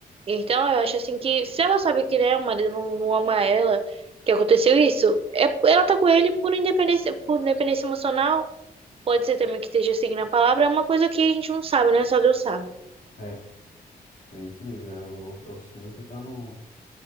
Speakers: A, on the right; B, on the left.
A: Então, eu acho assim que se ela sabe que né, o marido não, não ama ela, que aconteceu isso, é, ela tá com ele por independência, por independência emocional. Pode ser também que esteja seguindo a palavra, é uma coisa que a gente não sabe, né? Só Deus sabe.
B: É, é isso mesmo. É o, é o senhor que está no,